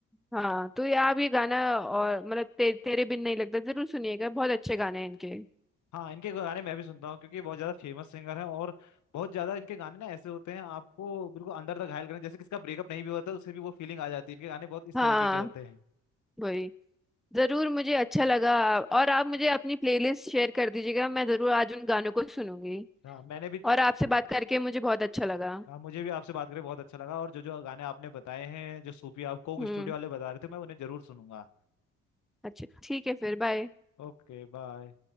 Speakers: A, in the centre; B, on the left (about 70°).
A: हाँ तो ये आप ये गाना और मतलब ते, तेरे बिन नहीं लगदा जरूर सुनिएगा बहुत अच्छे गाने हैं इनके
B: हाँ इनके गाने मैं भी सुनता हूँ क्योंकि ये बहुत ज्यादा फेमस सिंगर हैं और बहुत ज्यादा इनके गाने ना ऐसे होते हैं आपको बिल्कुल अंदर तक घायल करें जैसे किसका ब्रेकअप नहीं भी होता उससे भी वो फीलिंग आ जाती है इनके गाने बहुत इस
A: हाँ
B: तरीके के होते हैं
A: वही जरूर मुझे अच्छा लगा और आप मुझे अपनी प्लेलिस्ट शेयर कर दीजिएगा मैं जरूर आज उन गानों को सुनूंगी
B: हाँ मैंने भी
A: और आपसे बात करके मुझे बहुत अच्छा लगा
B: हाँ, मुझे भी आपसे बात करके बहुत अच्छा लगा और जो जो गाने आपने बताए हैं जो सूफी आप कोक
A: हम्म
B: स्टूडियो वाले बता रहे थे मैं उन्हें जरूर सुनूंगा
A: अच्छा ठीक है फिर बाय
B: Okay bye